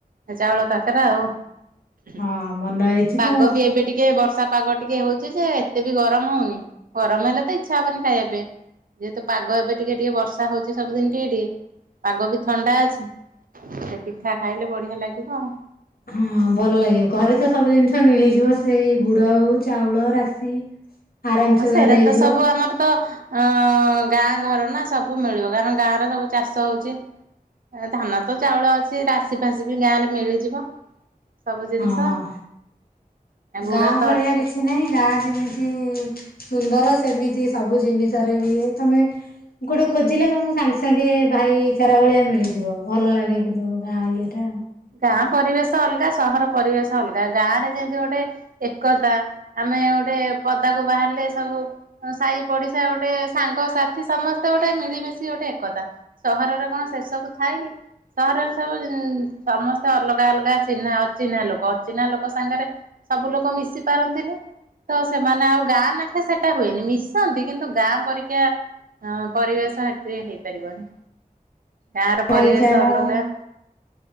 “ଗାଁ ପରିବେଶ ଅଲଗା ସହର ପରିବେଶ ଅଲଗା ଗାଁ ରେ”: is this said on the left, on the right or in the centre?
Right